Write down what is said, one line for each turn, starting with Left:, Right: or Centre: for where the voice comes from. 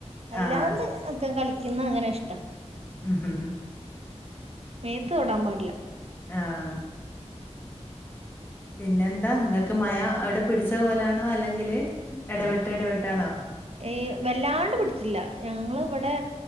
Right: അല്ലാണ്ട്
Left: ആഹ്
Right: അക്കെ കളിക്കുന്ന അങ്ങനെ ഇഷ്ടാ.
Left: ഉം ഉം ഉം.
Right: മേത്ത് തൊടാൻ പാടില്ല
Left: ആഹ് പിന്നെ ന്താ നങ്ങൾക്ക് മഴ അവിടെ പിടിച്ച പോലാണോ അല്ലെങ്കിൽ ഇടപെട്ട് ഇടപെട്ടാണോ
Right: ഏയ് വല്ലാണ്ട് പിടിച്ചില്ല ഞങ്ങള ഇവിടെ